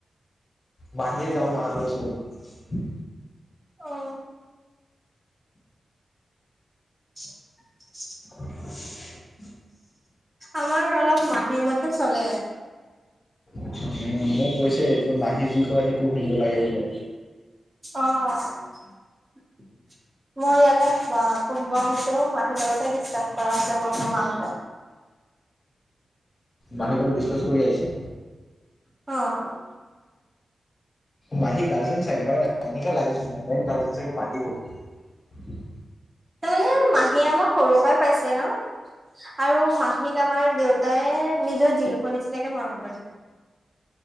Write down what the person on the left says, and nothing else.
মাহিৰে যাব মানা কৰিছে
<unintelligible>
উম', মই কৈছেই তোৰ মাহী যি কয় সেইটোও শুনিব লাগে বুলে।
বাহিৰৰ বিশ তচ কৰি আহিছা
মাহী গাৰ্জেন চাগে, হয় নাই। এনেকে লাগে মেইন গাৰ্জেন পতিব